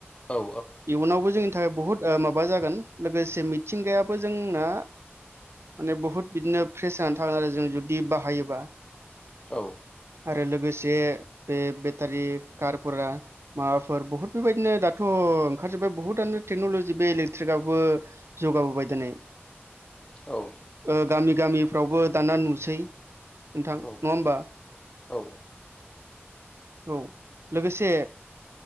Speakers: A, on the left; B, on the right.
A: औ
B: इयुनावबो जोंनि थाखाय बुहुत ओ माबा जागोन लोगोसे मिथिंगायाबो जोंना माने बुहुत बिदिनो फ्रेस जानानै थागोन आरो जों जुदि बाहायोबा
A: औ
B: आरो लोगोसे बे बेटारि कारफोरा माबाफोर बुहुत बेबायदिनो दाथ' अ ओंखारजोबाय बुहुतआनो टेक्नल'जि बे इेट्रिक आ बो जौगाबोबाय दोनै।
A: औ
B: ओ गामि गामिफ्रावबो दाना नुसै। नोंथां नङा
A: औ
B: होमबा?
A: औ
B: औ लोगोसे